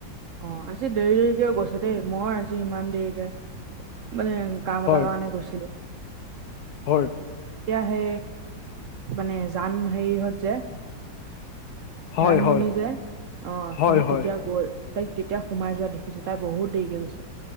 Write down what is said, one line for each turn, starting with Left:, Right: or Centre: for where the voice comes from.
Right: অঁ আজি দেৰি দেৰিকে গৈছে দেই মই আজি ইমান দেৰিকে মানে- কাম
Left: হয়
Right: এটা কাৰণে গৈছিলো।
Left: হয়।
Right: এতিয়া সেই মানে জান হেৰি হত যে
Left: হয়
Right: জানমণি
Left: হয়,
Right: যে অঁ
Left: হয়
Right: সিহঁত
Left: হয়,
Right: তেতিয়া গ'ল। তাইক তেতিয়া সোমাই যোৱা দেখিছোঁ। তাই বহুত দেৰিকে গৈছে,